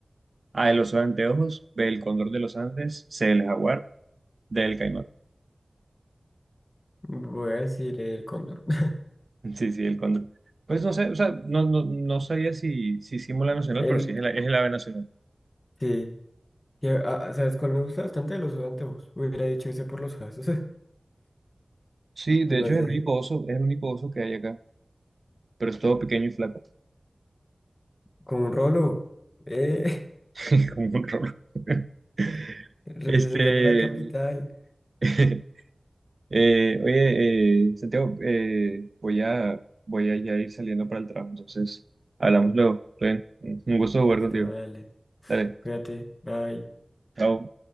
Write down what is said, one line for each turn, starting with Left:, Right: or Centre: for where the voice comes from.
Right: A, el oso de anteojos, B, el cóndor de los Andes, C, el jaguar, D, el caimán.
Left: <laughs> Voy a decir el cóndor. <laughs>
Right: <laughs> Sí, sí, el cóndor. Pues no sé, o sea, no, no, no sabía si, si símbolo nacional,
Left: El.
Right: pero sí es el, es el ave nacional.
Left: Sí. Y, ah, ¿Sabes cuál me gusta bastante? Los anteojos. Hubiera dicho ese por los jazos. <laughs>
Right: Sí, de
Left: Se me
Right: hecho
Left: hace
Right: es el único oso, es el único oso que hay acá, pero es todo pequeño y flaco,
Left: con un rolo. Eh,
Right: <laughs> como un rolo. <laughs>
Left: <laughs> representando
Right: Este,
Left: la capital.
Right: <laughs> Eh, oye, eh, Santiago, eh, voy a, voy a ya ir saliendo para el trabajo, entonces hablamos luego. Está bien. Un gusto
Left: Listo,
Right: jugar contigo.
Left: dale.
Right: Dale,
Left: Cuídate. Bye.
Right: chao.